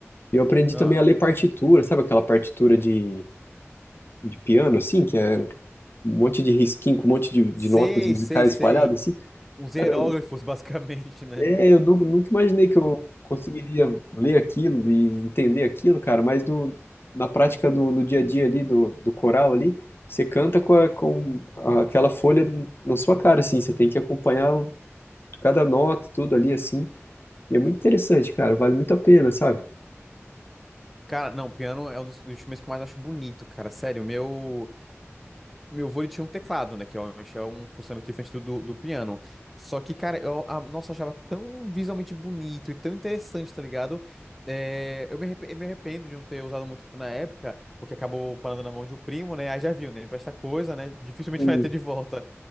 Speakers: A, on the left (about 50°); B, in the centre.
A: E eu aprendi
B: ah.
A: também a ler partitura, sabe aquela partitura de, de piano, assim, que é um monte de risquinho com um monte de, de
B: Sei,
A: notas musicais
B: sei, sei.
A: espalhadas, assim?
B: Uns
A: Cara,
B: hieróglifos, <laughs> basicamente, né?
A: É, eu nu- nunca imaginei que eu conseguiria ler aquilo e entender aquilo, cara, mas no, na prática, do no dia a dia ali, do, do coral ali, você canta com, a- com a- aquela folha na sua cara, assim, você tem que acompanhar o- cada nota, tudo ali, assim, e é muito interessante, cara, vale muito a pena, sabe?
B: Cara, não, piano é um dos instrumentos que eu mais acho bonito, cara. Sério, o meu. Meu vô ele tinha um teclado, né? Que obviamente é um funcionamento diferente do, do, do piano. Só que, cara, eu, a, nossa, eu achava tão visualmente bonito e tão interessante, tá ligado? É, eu me, arrepe- me arrependo de não ter usado muito na época, porque acabou parando na mão de um primo, né? Aí já viu, né? Empresta coisa, né? <laughs> Dificilmente
A: Sim.
B: vai ter de volta.